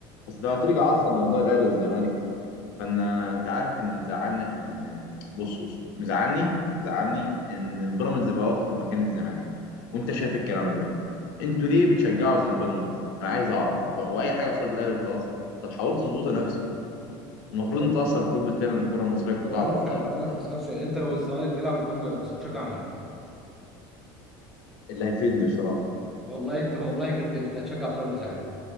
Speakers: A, on the left; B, in the centre.
A: بس لو هترجع اصلا لموضوع الاهلي والزمالك فانا انت عارف ان مزعلني ال... بص بص مزعلني مزعلني ان البيراميدز بقى واخد مكان الزمالك وانت شايف الكلام ده انتوا ليه بتشجعوا زي البيراميدز انا عايز اعرف و... واي حاجه قصاد الاهلي وخلاص طب حاولوا تظبطوا نفسكم المفروض
B: طب
A: انتوا اصلا القطب الثاني للكره المصريه كلها
B: طب هقول
A: على
B: لك
A: بعضها
B: حاجه هقول لك هسألك سؤال انت لو الزمالك بيلعب قدام بيراميدز هتشجع مين؟
A: اللي هيفيدني بصراحه
B: والله انت والله كداب انت هتشجع بيراميدز عادي